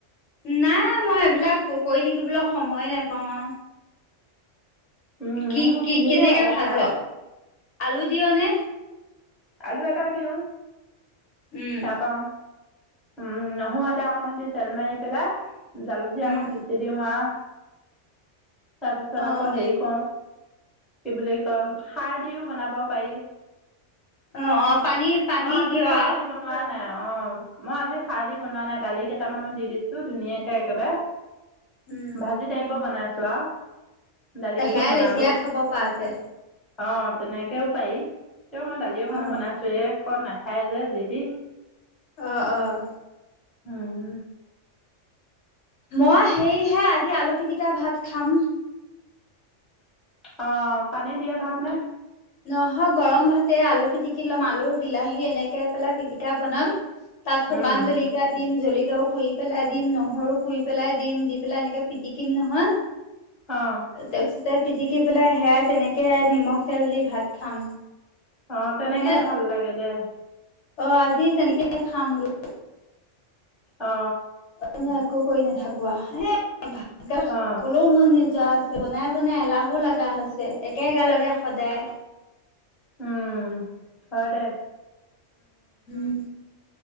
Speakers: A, on the left; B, in the centre.
A: নাই মই এইবিলাক কৰি থাকিবলৈ সময়ে নেপাও আৰু।
B: উম
A: কি কি
B: ধুনীয়া
A: কেনেকা
B: লাগে
A: ভাজ,
B: খাই
A: আলু দিয় নে?
B: আলু এটা দিও
A: উম,
B: তাপা উম নহৰু আদা অকন দি তেল মাৰি পেলাই জালুকদি
A: উম।
B: অকন পিচি দিওঁ আৰু। তাৰপিছত
A: অ',
B: আকৌ হেৰি কও কি বুলি কয় সাৰ দিও বনাব পাৰি।
A: অ অ পানী পানী
B: মই আজি
A: দি
B: খাৰ
A: অ
B: বনোৱা নাই অ মই আজি সাৰ দি বনোৱা নাই দালি কেইটামানো দি দিছো ধুনীয়াকে একেবাৰে
A: উম,
B: ভাজি টাইপৰ বনাইছো আৰু। দালি
A: সেয়াই
B: এখন বনালো।
A: লেতিয়াই খাব পৰাকে
B: অ তেনেকেও পাৰি কিন্তু মই দালি অকণো
A: অ',
B: বনাইছোয়ে নাখায় যে যিতি।
A: অহ অহ।
B: উম।
A: মই সেইহে আজি আলুপিতিকা ভাত খাম।
B: অ পানী দিয়া ভাত নে?
A: নহয় গৰম ভাতে আলু পিটিকি ল'ম আলু বিলাহী এনেকে পেলাই পিটিকা বনাম। তাত শুকান
B: উম
A: জলকীয়া দিম জ কিয়াও পুৰি পেলাই দিম নহৰু পুৰি পেলাই দিম দি পেলাই এনেকে পিটিকিম নহয়
B: অ
A: তাৰ পিছতে পিটিকি পেলাই সেয়াই তেনেকে নিমখ তেল দি ভাত খাম।
B: অ তেনেকে
A: নে
B: ভাল লাগে দে।
A: অ আজি তেনেকে খাম বোলো।
B: অ
A: এনে একো কৰি নাথাকোৱা হে ভাতগাল খাবলৈও
B: অ
A: মন নোযোৱা হৈছে। বনাই বনাই এলাহো লগা হৈছে একেগালকে সদায়।
B: উম হয়দে।
A: উম।